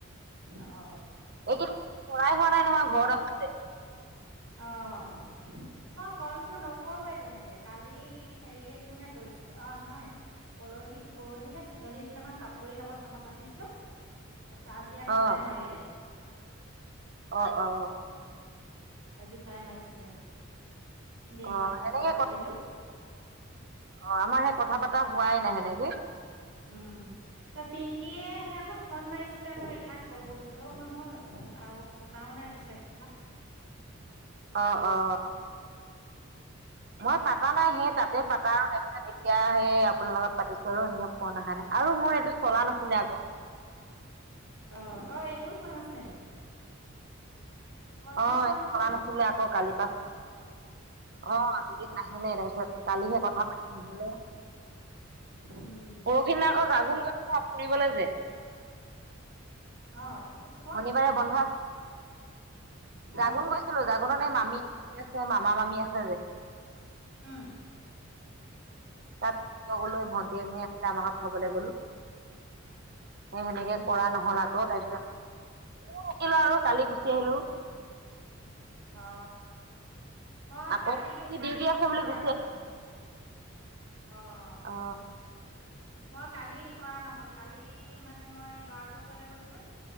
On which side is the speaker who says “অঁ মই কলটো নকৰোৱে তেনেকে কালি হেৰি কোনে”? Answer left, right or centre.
Right